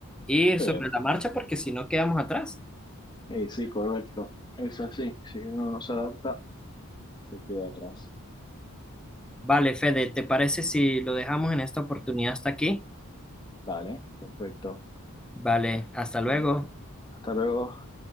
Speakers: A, in the centre; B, on the left (about 20°).
A: ir
B: Sí,
A: sobre la marcha porque si no quedamos atrás.
B: Eh, sí, correcto. Es así. Si uno no se adapta, se queda atrás.
A: Vale, Fede, ¿te parece si lo dejamos en esta oportunidad hasta aquí?
B: Dale, perfecto.
A: Vale, hasta luego.
B: Hasta luego.